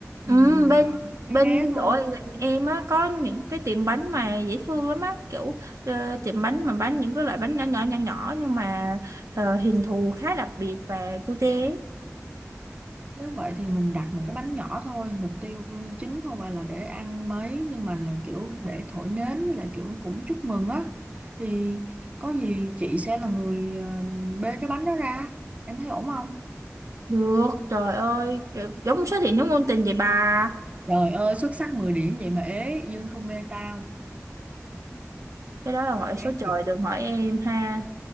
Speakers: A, on the right; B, on the right.
A: ừ,
B: ừ,
A: bên
B: bé
A: bên
B: bé thôi
A: chỗ gần em á có những cái tiệm bánh mà dễ thương lắm á kiểu ờ, tiệm bánh mà bán những cái loại bánh nhỏ nhỏ nhỏ nhỏ nhưng mà ờ, hình thù khá đặc biệt và cute ấy.
B: Nếu vậy thì mình đặt một cái bánh nhỏ thôi, mục tiêu chính không phải là để ăn mấy nhưng mà là kiểu để thổi nến với lại kiểu cũng chúc mừng á. Thì có gì chị sẽ là người ờ, bê cái bánh đó ra. Em thấy ổn không?
A: được trời ơi kiểu giống xuất hiện giống ngôn tình vậy bà
B: Trời ơi, xuất sắc 10 điểm vậy mà ế, Dương không mê tao.
A: cái đó là hỏi
B: Chán
A: số trời
B: thiệt.
A: đừng hỏi em ha